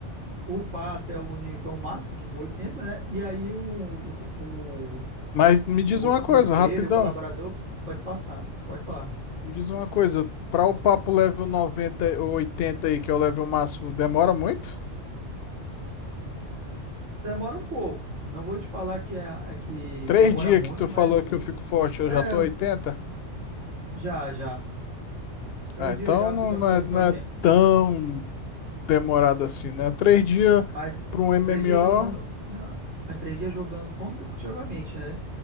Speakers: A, on the right; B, on the left.
A: upar até o nível máximo, que é o 800, né? E aí o, o, o,
B: Mas me diz
A: o outro
B: uma coisa,
A: amigo dele,
B: rapidão.
A: o colaborador, pode passar, pode falar.
B: Me diz uma coisa. Pra o papo level 90 ou 80 aí, que é o level máximo, demora muito?
A: Demora um pouco, não vou te falar que, é, que,
B: Três
A: que demora
B: dias
A: muito,
B: que tu
A: mas
B: falou que eu fico forte, eu
A: é,
B: já tô 80.
A: já, já. Três
B: Ah, então
A: dias já
B: não,
A: tu já
B: não
A: consegue
B: é, não
A: para
B: é tão demorado assim, né? Três dias
A: Mas
B: para um MMO
A: três dias jogando, não, mas três dias jogando consecutivamente, né?